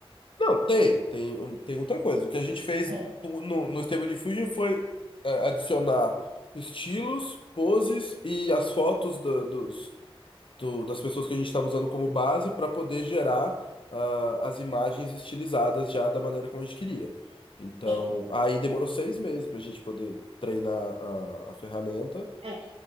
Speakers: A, on the left; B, on the right.
A: Não, tem, tem, um- tem outra coisa. O que a gente fez
B: É,
A: no, no, no Stable Diffusion foi eh, adicionar estilos, poses e as fotos do- dos do- das pessoas que a gente estava usando como base para poder gerar ah, as imagens estilizadas já da maneira como a gente queria. Então,
B: é,
A: aí demorou seis meses para a gente poder treinar a, a ferramenta
B: é.